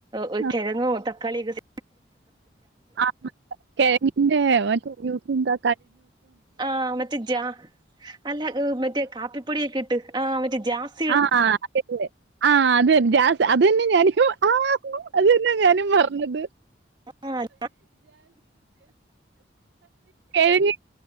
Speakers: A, on the right; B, on the right.
A: ഒരു
B: ആഹ്
A: കിഴങ്ങ് തക്കാളിയൊക്കെ
B: ആ കിഴങ്ങിന്റെ മറ്റേ യൂസ് എന്താ
A: ആ മറ്റേ ജാ അല്ല മറ്റേ കാപ്പി പൊടിയൊക്കിട്ട് ആ മറ്റെ ജാസ്
B: ആ അതെ അതെ ആ അത് അത് തന്നെ ഞാൻ ഹാ അയ്യോ അത് തന്നെ അത് ഞാനും പറഞ്ഞത്
A: ആഹ്
B: കിഴങ്ങിൻ്റെ